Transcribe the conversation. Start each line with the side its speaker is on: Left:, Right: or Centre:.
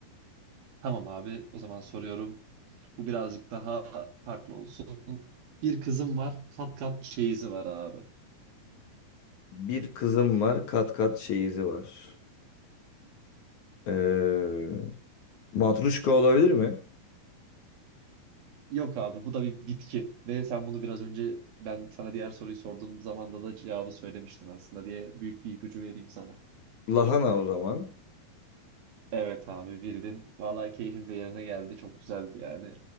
Right: Tamam abi o zaman soruyorum. Bu birazcık daha farklı olsun. Bir kızım var kat kat çeyizi var abi.
Left: Bir kızım var, kat kat çeyizi var. Ee, matruşka olabilir mi?
Right: Yok abi bu da bir bitki ve sen bunu biraz önce ben sana diğer soruyu sorduğum zamanda da cevabı söylemiştin aslında diye büyük bir ipucu vereyim sana.
Left: Lahana o zaman.
Right: Evet abi bildin. Vallahi keyfim de yerine geldi. Çok güzeldi yani.